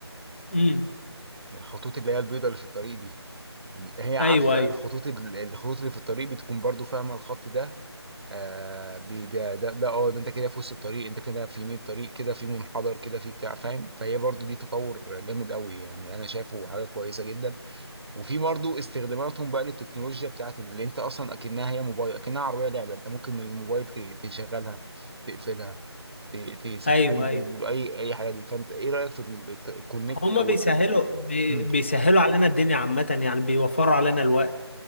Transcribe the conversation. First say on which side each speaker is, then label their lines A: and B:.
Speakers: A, on the left; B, on the right.
A: امم
B: الخطوط اللي هي البيضاء اللي في الطريق دي هي عارفة
A: ايوه ايوه
B: الخطوط ال- الخطوط اللي في الطريق بتكون برضو فاهمة الخط ده آه بي بي ده ده اه ده انت كده في وسط الطريق انت كده في يمين الطريق كده في منحدر كده في بتاع فاهم فهي برضو دي تطور جامد قوي يعني انا شايفه حاجة كويسة جدا وفي برضو استخداماتهم بقى للتكنولوجيا بتاعت اللي انت اصلا اكنها هي موبايل اكنها عربية لعبة انت ممكن من الموبال ت- تشغلها تقفلها ت- تسخنها
A: ايوه ايوه
B: ده يقول اي اي حاجة دي فانت ايه رأيك في الكونكت
A: هما
B: او
A: بيسهلوا
B: ال-
A: بي-
B: امم
A: بيسهلوا علينا الدنيا عامة يعني بيوفروا علينا الوقت